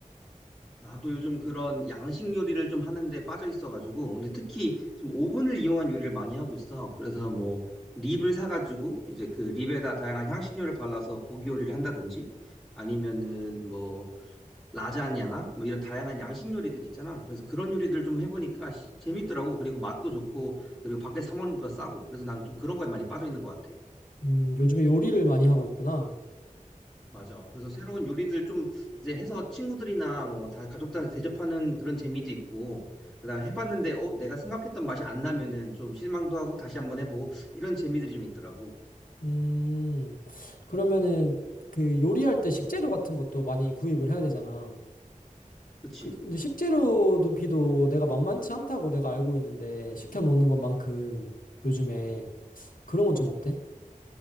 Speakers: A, in the centre; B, on the left (about 85°).
A: 나도 요즘 그런 양식 요리를 좀 하는데 빠져 있어가지고, 근데 특히 좀 오븐을 이용한 요리를 많이 하고 있어. 그래서 뭐, 립을 사가지고, 이제 그 립에다 다양한 향신료를 발라서 고기 요리를 한다든지, 아니면은 뭐, 라자냐나, 뭐 이런 다양한 양식 요리들 있잖아. 그래서 그런 요리들 좀 해보니까 시- 재밌더라고. 그리고 맛도 좋고, 그리고 밖에서 사 먹는 것보다 싸고. 그래서 난 좀 그런 거에 많이 빠져 있는 것 같아.
B: 음, 요즘에 요리를 많이 하고 있구나.
A: 맞아. 그래서 새로운 요리들 좀 이제 해서 친구들이나 뭐 다 가족들한테 대접하는 그런 재미도 있고, 그다음 해봤는데 어 내가 생각했던 맛이 안 나면은 좀 실망도 하고 다시 한번 해보고 이런 재미들이 좀 있더라고.
B: 음, 그러면은 그 요리할 때 식재료 같은 것도 많이 구입을 해야 되잖아.
A: 그치?
B: 그 근데 식재료도 비도 내가 만만치 않다고 내가 알고 있는데 시켜 먹는 것만큼 요즘에 그런 건 좀 어때?